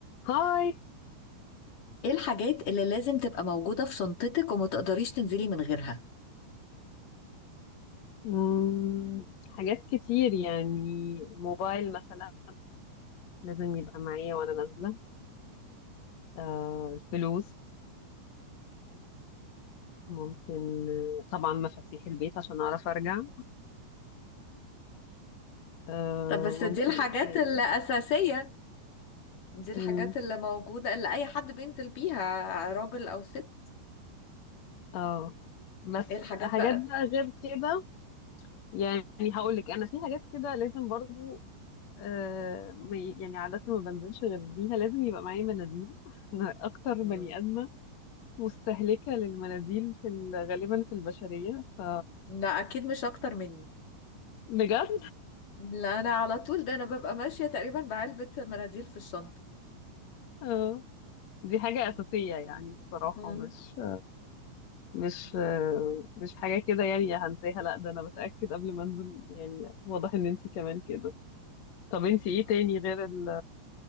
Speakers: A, on the left; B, on the left.
A: هاي
B: ايه الحاجات اللي لازم تبقى موجودة في شنطتك وما تقدريش تنزلي من غيرها
A: مم. حاجات كتير يعني موبايل مثلا لازم يبقى معايا وانا نازلة آه الفلوس ممكن آه، طبعا مفاتيح البيت عشان اعرف ارجع <laughs> آه
B: طب بس
A: ممكن
B: دي الحاجات
A: ايه تاني
B: الأساسية دي الحاجات
A: مم.
B: اللي موجودة اللي أي حد بينزل بيها راجل أو ست
A: اه بس
B: ايه الحاجات
A: حاجات
B: بقى
A: بقى غير كده يعني هقول لك انا في حاجات كده لازم برضو آه ما- يعني عادة ما بنزلش غير بيها لازم يبقى معايا مناديل <laughs> انا اكتر
B: مم.
A: بني ادمة مستهلكة للمناديل في ال- غالبا في البشرية ف
B: لا أكيد مش أكتر مني
A: بجد
B: لا أنا على طول ده أنا ببقى ماشية تقريبا بعلبة مناديل في الشنطة
A: آه، دي حاجة أساسية يعني بصراحة
B: مم.
A: مش مش آه، مش حاجة كده يعني هنساها لا ده أنا بتأكد قبل ما أنزل يعني واضح إن أنتي كمان كده طب أنتي إيه تاني غير ال